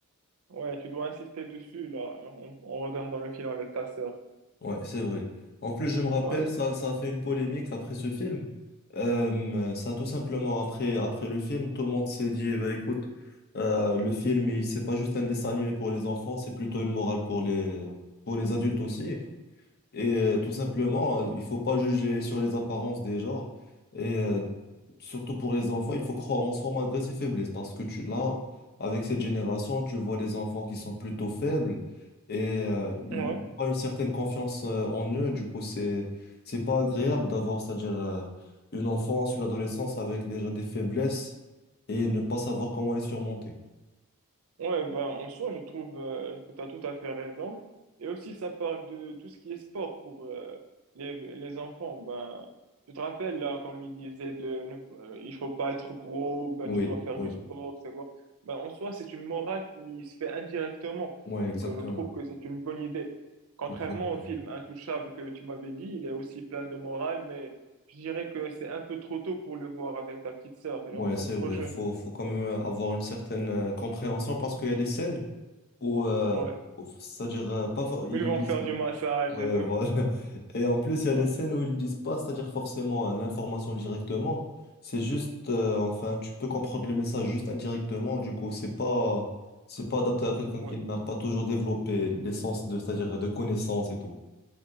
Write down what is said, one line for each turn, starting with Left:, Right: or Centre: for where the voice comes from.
Right: Ouais, tu dois insister dessus, là, en, en regardant le film avec ta sœur.
Left: Ouais, c'est vrai. En plus, je me rappelle,
Right: Ouais,
Left: ça, ça a fait une polémique après ce film. Euh, ça, tout simplement, après, après le film, tout le monde s'est dit, eh ben, écoute, euh, le film, il- c'est pas juste un dessin animé pour les enfants, c'est plutôt une morale pour les, pour les adultes aussi. Et euh, tout simplement, euh, il faut pas juger sur les apparences des gens. Et euh, surtout pour les enfants, il faut croire en soi malgré ses faiblesses. Parce que tu, là, avec cette génération, tu vois des enfants qui sont plutôt faibles et euh, ils
Right: ouais.
Left: n'ont pas une certaine confiance euh, en eux. Du coup, c'est, c'est pas agréable d'avoir, c'est-à-dire, euh, une enfance, une adolescence avec déjà des faiblesses et ne pas savoir comment les surmonter.
Right: Ouais, ben, en soi, je trouve euh, que tu as tout à fait raison. Et aussi, ça parle de tout ce qui est sport pour euh, les, les enfants. Ben, tu te rappelles là qu'on lui disait de ne, euh, il faut pas être gros, ben,
Left: Oui,
Right: tu dois faire
Left: oui,
Right: du sport, c'est quoi? Ben, en soi, c'est une morale qui se fait indirectement.
Left: ouais,
Right: Donc,
Left: exactement.
Right: euh, je trouve que c'est une bonne idée. Contrairement
Left: Exactement.
Right: au film Intouchable que tu m'avais dit, il est aussi plein de morale, mais je dirais que c'est un peu trop tôt pour le voir avec ta petite sœur. Elle
Left: Ouais,
Right: est encore
Left: c'est
Right: trop
Left: vrai.
Right: jeune.
Left: Faut, faut quand même euh, avoir une certaine euh, compréhension parce qu'il y a des scènes où, euh,
Right: Ouais.
Left: où- c'est-à-dire, euh, pas, fa- ils,
Right: Ils vont faire du massage
Left: Ouais,
Right: et tout.
Left: voilà. <laughs> Et en plus, il y
Right: Ouais,
Left: a des scènes où ils disent pas, c'est-à-dire forcément hein, l'information directement. C'est juste, euh, enfin, tu peux comprendre le message juste indirectement. Du coup, c'est pas, c'est pas adapté à quelqu'un
Right: ouais,
Left: qui n'a pas toujours développé l'essence de, c'est-à-dire de connaissances et tout.